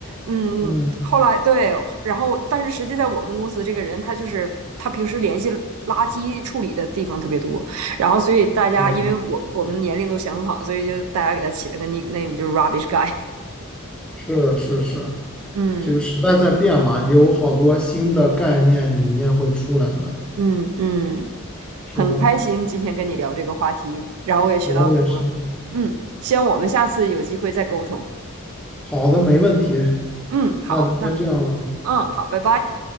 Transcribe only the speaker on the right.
嗯，
后来对，然后但是实际在我们公司，这个人他就是他平时联系垃圾处理的地方特别多，然后所以大家因为我我们年龄都相仿，
所以就大家给他起了个 nickname，就是 rubbish guy。
<laughs> 嗯
嗯嗯。
很开心今天跟你聊这个话题，然后我也学到很多。
嗯，希望我们下次有机会再沟通。
嗯，好，
那嗯，好，拜拜。